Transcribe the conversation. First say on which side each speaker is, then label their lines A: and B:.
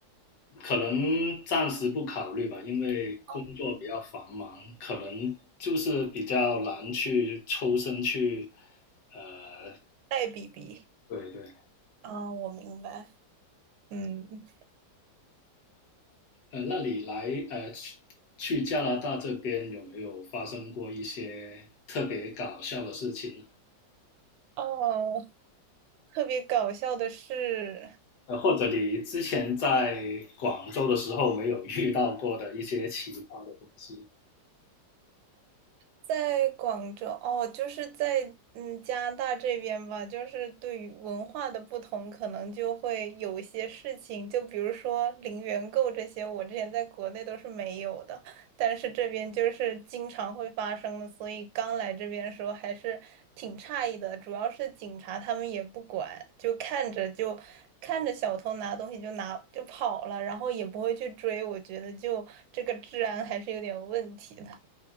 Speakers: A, on the left (about 65°); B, on the right (about 85°).
A: 可能暂时不考虑吧，因为工作比较繁忙，
B: 哦，
A: 可能就是比较难去抽身去，呃，
B: 带 BB
A: 对对，
B: 啊，我明白。嗯，
A: 呃，那你来呃去去加拿大这边有没有发生过一些特别搞笑的事情呢？
B: 哦，特别搞笑的是。
A: 呃，或者你之前在广州的时候没有遇到过的一些奇葩的东西？
B: 在广州哦，就是在嗯加拿大这边吧，就是对于文化的不同，可能就会有一些事情，就比如说零元购这些，我之前在国内都是没有的，但是这边就是经常会发生的，所以刚来这边的时候还是挺诧异的，主要是警察他们也不管，就看着就看着小偷拿东西就拿就跑了，然后也不会去追，我觉得就这个治安还是有点问题的。<laughs>